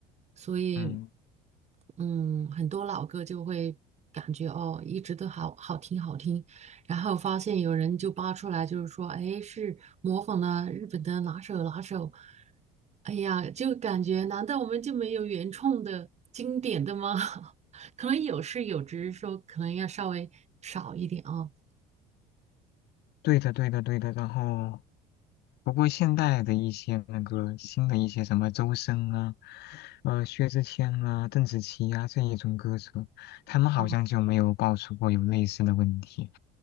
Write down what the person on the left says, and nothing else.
嗯。
对的，对的，对的。然后不过现代的一些那个新的一些什么周深啊，呃薛之谦啊、邓紫棋啊这一种歌手，他们好像就没有爆出过有类似的问题，